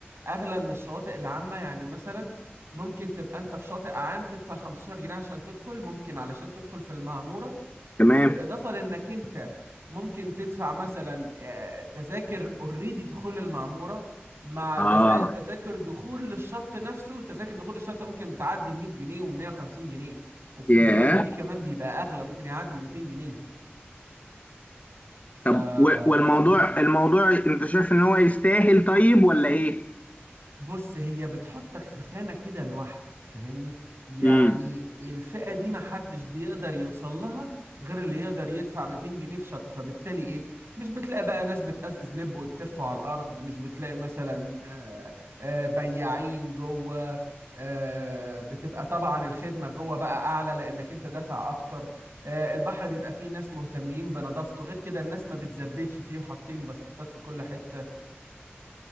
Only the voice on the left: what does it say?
تمام
اه
ياه
طب و- والموضوع
الموضوع انت شايف ان هو يستاهل طيب ولا ايه
امم